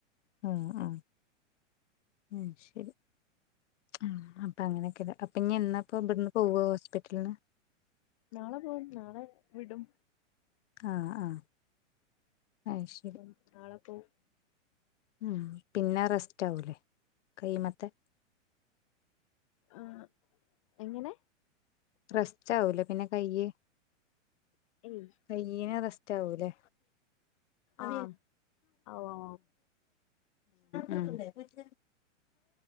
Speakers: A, on the left; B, on the left.
A: ആഹ് ആഹ് ഉം ശരി ആഹ് അപ്പം അങ്ങനെയൊക്കെയ അപ്പം ഇനി എന്നാപ്പോ ഇവിടുന്ന് പോവുവോ ഹോസ്പിറ്റലിന്ന്
B: നാളെ പോകും നാളെ വിടും
A: ആഹ് ആഹ് അയ് ശരി
B: ഉം നാളെ പോവും
A: ഉം പിന്നെ റെസ്റ്റ് ആവല്ലേ കൈ മെത്തെ
B: ആഹ് എങ്ങനെ
A: റസ്റ്റ് ആാവൂലേ പിന്നെ കയ്യ്
B: ഏയ്
A: തീനെ അറസ്റ്റ ആവുല്ലേ ഉം
B: ആ ഓ ഓ
A: ഉം